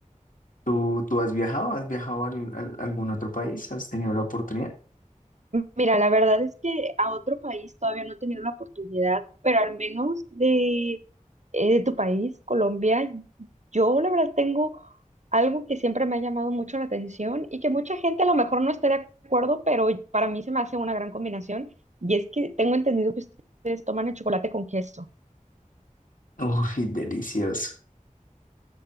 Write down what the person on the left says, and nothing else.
¿tú, tú has viajado? ¿Has viajado a algún otro país? ¿Has tenido la oportunidad?
Uy, delicioso.